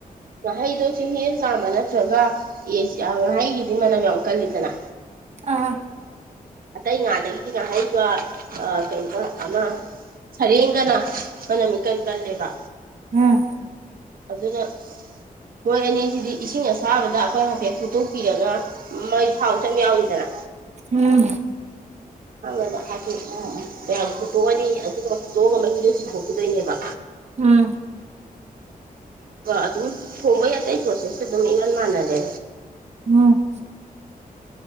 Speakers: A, on the right; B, on the right.
A: ꯉꯥꯍꯩꯗꯣ ꯆꯤꯡꯍꯦꯟ ꯆꯥꯝꯕ ꯅꯠꯇ꯭ꯔꯒ ꯉꯥꯍꯩꯒꯤꯗꯤ ꯃꯅꯝ ꯌꯥꯝ ꯀꯜꯂꯤꯗꯅ
B: ꯑꯥ
A: ꯑꯇꯩ ꯉꯥꯗꯒꯤꯗꯤ ꯉꯥ ꯍꯥꯏꯔꯤꯕ ꯀꯩꯅꯣ ꯑꯃ ꯁꯔꯦꯡꯒꯅ ꯃꯅꯝꯃꯤꯀꯟ ꯀꯜꯂꯦꯕ
B: ꯎꯝ
A: ꯑꯗꯨꯅ ꯃꯣꯏ ꯑꯅꯤꯁꯤꯗꯤ ꯏꯁꯤꯡ ꯑꯁꯥꯕꯗ ꯑꯩꯈꯣꯏ ꯍꯥꯏꯐꯦꯠ ꯐꯨꯠꯇꯣꯛꯄꯤꯔꯒ ꯃꯩ ꯊꯥꯎ ꯆꯝ ꯌꯥꯎꯏꯗꯅ
B: ꯎꯝ
A: ꯑꯥꯡꯗ ꯍꯥꯏꯐꯦꯠ ꯎ ꯎ ꯃꯌꯥꯝ ꯐꯨꯠꯇꯣꯛꯑꯅꯤ ꯑꯗꯨꯒ ꯐꯨꯠꯇꯣꯛꯑꯒ ꯃꯍꯤꯗꯨꯣ ꯆꯤꯡꯊꯣꯛꯈꯤꯗꯣꯏꯅꯦꯕ
B: ꯎꯝ
A: ꯑꯗꯨꯕꯨ ꯊꯕ ꯌꯥ ꯇ ꯄꯣꯁꯦꯁ ꯑꯗꯨꯝ ꯏ ꯋꯥꯅ ꯃꯥꯅꯔꯦ
B: ꯎꯝ